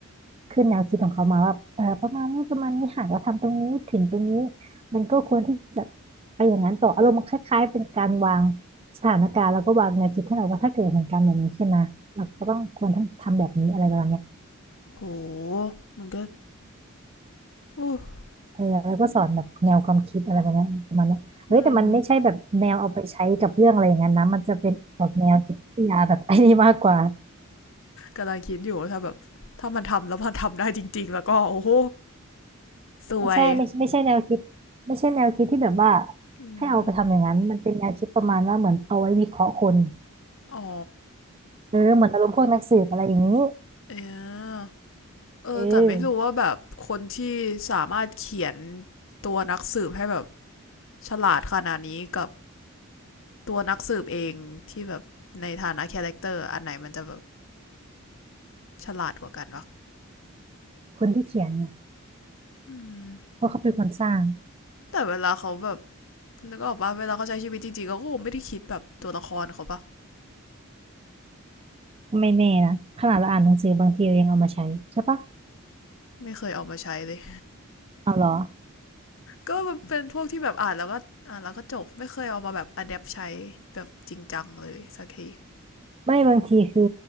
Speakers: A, on the right (about 25°); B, on the left (about 65°).
A: ขึ้นแนวคิดของเขามาว่าเออประมาณนี้ประมาณนี้หากเราทำตรงนี้ถึงตรงนี้มันก็ควรที่จะไปอย่างนั้นต่ออารมณ์คล้ายๆเป็นการวางสถานการณ์แล้วก็วางแนวคิดให้เราว่าถ้าเกิดเหตุการณ์แบบนี้ขึ้นนะเราก็ต้องควรทำทำแบบนี้อะไรประมาณเนี้ย
B: โหมันก็โอ้
A: เออแล้วก็สอนแบบแนวความคิดอะไรประมาณเนี้ยประมาณเนี้ยเฮ้ยแต่มันไม่ใช่แบบแนวเอาไปใช้กับเรื่องอะไรอย่างนั้นนะมันจะเป็นออกแนวจิตวิทยาแบบไอ้นี่มากกว่า
B: อืม กำลังคิดอยู่ว่าถ้าแบบถ้ามันทำแล้วมันทำได้จริงๆแล้วก็โอ้โหสวย
A: ไม่ใช่ไม่ใช่ไม่ใช่แนวคิดไม่ใช่แนวคิดที่แบบว่า
B: อืม
A: ให้เอาไปทำอย่างนั้นมันเป็นแนวคิดประมาณว่าเหมือนเอาไว้วิเคราะห์คน
B: อ๋อ
A: เออเหมือนอารมณ์พวกนักสืบอะไรอย่างนี้
B: เออเออแต่ไม่รู้ว่าแบบคนที่สามารถเขียน
A: เออ
B: ตัวนักสืบให้แบบฉลาดขนาดนี้กับตัวนักสืบเองที่แบบในฐานะคาแรคเตอร์อันไหนมันจะแบบฉลาดกว่ากันวะ
A: คนที่เขียนเนี่ย
B: อืม
A: เพราะเขาเป็นคนสร้าง
B: แต่เวลาเขาแบบนึกออกปะเวลาเขาใช้ชีวิตจริงๆเขาก็คงไม่ได้คิดแบบตัวละครเขาปะ
A: ไม่แน่นะขนาดเราอ่านหนังสือบางทีเรายังเอามาใช้ใช่ปะ
B: ไม่เคยเอามาใช้เลย
A: เอาเหรอ
B: ก็แบบเป็นพวกที่แบบอ่านแล้วก็อ่านแล้วก็จบไม่เคยเอามาแบบอัดแอปใช้แบบจริงจังเลยสักที
A: ไม่บางทีคือ